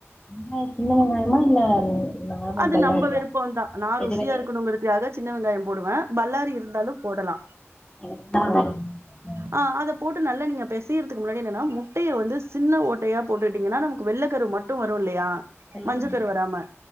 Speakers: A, on the left (about 20°); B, on the right (about 60°).
A: வெங்காய சின்ன வெங்காயமா இல்ல நார்மல்
B: அது
A: பல்லாரியா
B: நம்ம விருப்பம்தான் நா ருசியா
A: எதுவெ
B: இருக்கணுங்கிறதுக்காக சின்ன வெங்காயம் போடுவே பல்லாரி இருந்தாலும் போடலா
A: எனக்கு சின்ன வெங்காயம் போட்டுக்கோங்க ம்
B: ஆ அத போட் டு நல்ல நீங்கப் பெசியறதுக்கு முன்னாடி என்னனா முட்டைய வந்து சின்ன ஓட்டையா போட்டுட்டீங்கன்னா நமக் கு வெள்ளக்கரு மட்டு வருல்லயா
A: சின்ன வெங்காயம், வெள்ளை
B: மஞ்ச
A: வெங்காயம்.
B: கரு வராம